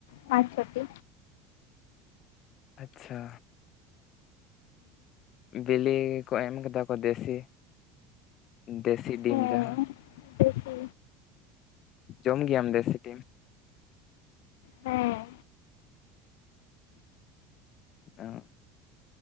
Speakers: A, on the left; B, on the left.
A: ᱯᱟᱸᱪ ᱪᱷᱚᱴᱤ
B: ᱟᱪᱪᱷᱟ ᱵᱮᱞᱮ ᱠᱚ ᱮᱢ ᱠᱟᱫᱟ ᱠᱚ ᱫᱮᱥᱤ ᱫᱮᱥᱤ ᱰᱤᱢ
A: ᱦᱮᱸ
B: ᱡᱟᱦᱟᱸ
A: ᱫᱮᱥᱤ
B: ᱡᱚᱢ ᱜᱮᱭᱟᱢ ᱫᱮᱥᱤ ᱰᱤᱢ
A: ᱦᱮᱸ
B: ᱚ